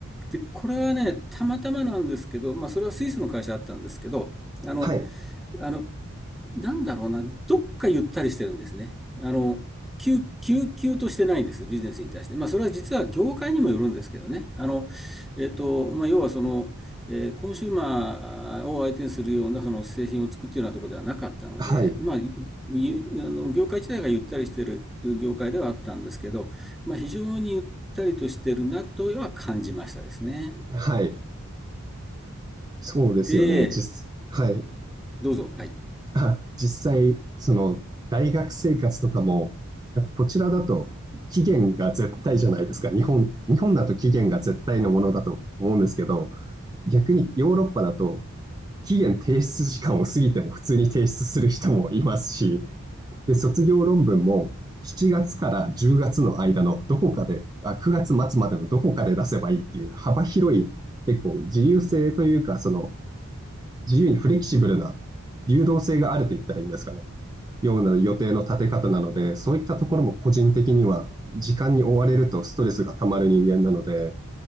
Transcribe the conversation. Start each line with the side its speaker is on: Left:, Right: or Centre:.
Centre: で、これはね、たまたまなんですけど、まあそれはスイスの会社だったんですけど、あの、
Right: はい、
Centre: あの、なんだろうな、どっかゆったりしてるんですね。あの、急、急急としてないんです、ビジネスに対して。まあ、それは実は業界にもよるんですけどね。あの、えっと、まあ、要はその、えーコンシューマーを相手にするようなその製品を作っているようなところではなかったので、
Right: はい、
Centre: まあ、いあの業界自体がゆったりしている業界ではあったんですけど、まあ、非常にゆったりとしているなとは感じましたですね。
Right: はい。そうですよね。
Centre: で、
Right: 実、はい。
Centre: どうぞ。はい。
Right: あ、実際、その、大学生活とかも、なんかこちらだと期限が絶対じゃないですか。日本、日本だと期限が絶対のものだと思うんですけど、逆にヨーロッパだと、期限提出時間を過ぎても普通に提出する人もいますし、で、卒業論文も7月から10月の間のどこかで、あ、9月末まつまでのどこかで出せばいいっていう幅広い結構自由性というか、その自由にフレキシブルな流動性があると言ったらいいんですかね。ような予定の立て方なので、そういったところも個人的には時間に追われるとストレスがたまる人間なので、